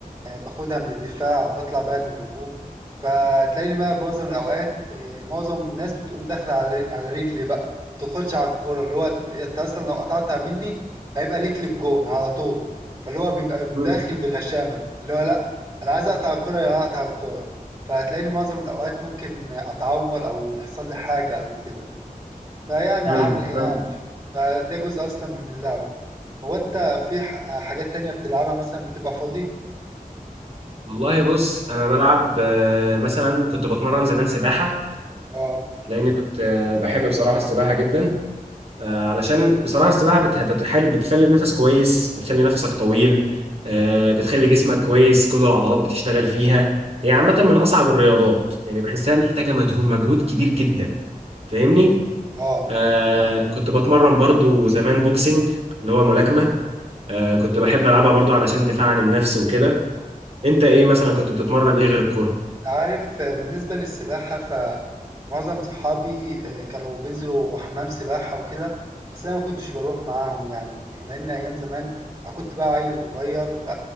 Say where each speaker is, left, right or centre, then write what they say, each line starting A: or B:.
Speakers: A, on the right; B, on the right.
A: آآ باخدها من الدفاع باطلع بيها للهجوم، فتلاقيني بقى معظم الأوقات آآ معظم الناس بتقوم داخلة على على رجلي بقى، ما بتدخلش على الكورة، اللي هو أنت أنت أصلًا لو قطعتها مني هيبقى ليك للجون على طول، فاللي هو بيبقى داخل
B: مم.
A: بغشامة، اللي هو لأ، أنا عايز أقطع الكورة يعني أقطع الكورة، فتلاقيني معظم الأوقات ممكن أتعور أو يحصل لي حاجة أو كده. فيعني
B: مم.
A: هعمل ايه
B: فاهم.
A: يعني فده جزء اصلا من اللعبة هو انت في ح- حاجات تانية بتلعبها مثلا بتبقى فاضي
B: والله بص انا بلعب آه، مثلا كنت بتمرن زمان سباحه
A: اه
B: لاني كنت آه، بحب بصراحه السباحه جدا آه، علشان بصراحة السباحة بت- بتحل بتخلي النفس كويس بتخلي نفسك طويل آه، بتخلي جسمك كويس كل العضلات بتشتغل فيها هي عامة من أصعب الرياضات يعني بحسها محتاجة مجهود مجهود كبير جدا فاهمني؟
A: اه
B: آه كنت بتمرن برضو زمان بوكسنج اللي هو ملاكمة آه كنت بحب ألعبها برضو علشان دفاع عن النفس وكده أنت إيه مثلا كنت بتتمرن إيه غير الكورة؟
A: أنت عارف آه، بالنسبة للسباحة فمعظم صحابي آه، كانوا بينزلوا حمام سباحة وكده بس أنا ما كنتش بروح معاهم يعني لأن أيام زمان أنا كنت بقى عيل صغير ف